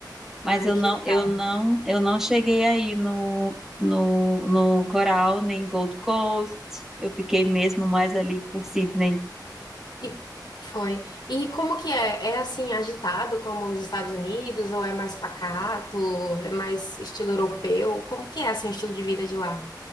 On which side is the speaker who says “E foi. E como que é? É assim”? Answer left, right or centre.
Left